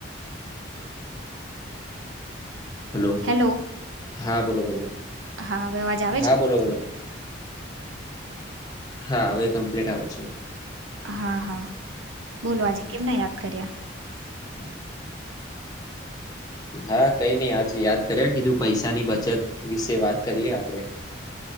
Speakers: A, on the left (about 20°); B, on the right (about 85°).
A: હેલો
B: હેલો
A: હા બોલો બોલો
B: હા અવે અવાજ આવે
A: હા
B: છે.
A: બોલો બોલો હા આવે કમ્પ્લીટ આવે છે.
B: હા હા બોલો આજે કેમના યાદ કર્યા?
A: <unintelligible> હા કઈ નઈ આજે યાદ કર્યા કીધું પૈસાની બચત વિશે વાત કરીયએ આપડે